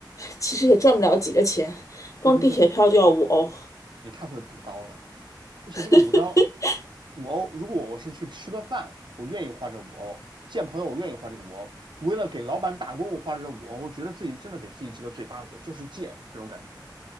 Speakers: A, on the left; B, on the right.
A: 其实也赚不了几个钱，光地铁票就要五欧。
B: 对对对，也太会补刀了。
A: <laughs>
B: 而且这个五刀，五欧，如果我是去吃个饭，我愿意花这五欧；见朋友，我愿意花这个五欧。为了给老板打工，我花这五欧，我觉得自己真的给自己几个嘴巴子，就是贱这种感觉。